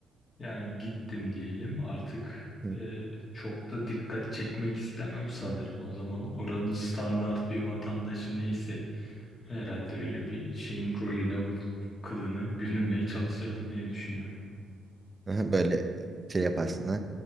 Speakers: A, on the left (about 35°); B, on the right (about 25°).
A: Yani gittim diyelim artık
B: Hı.
A: e, çok da dikkat çekmek istemem sanırım. O zaman oranın standart bir vatandaşı neyse herhalde öyle bir şeyin rolüne bu kılını bürünmeye çalışırdım diye düşünüyorum.
B: Aha, Böyle e, şey yaparsın ha.